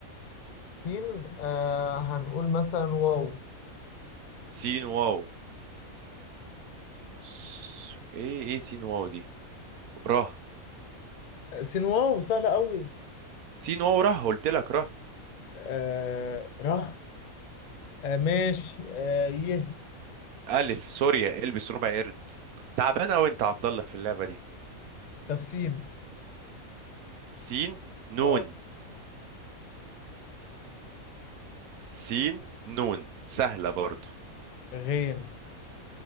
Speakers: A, on the left; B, on the right.
A: سين آه هنقول مثلا واو
B: سين واو س- ايه ايه سين واو دي ره
A: سين واو سهلة قوي
B: سين واو ره قلت لك ره
A: آه ره آه ماشي آه يه
B: الف سوريا البس ربع قرد تعبان اوي انت يا عبد الله في اللعبة دي
A: طب سين
B: سين نون
A: اه
B: سين نون سهلة برضو
A: غين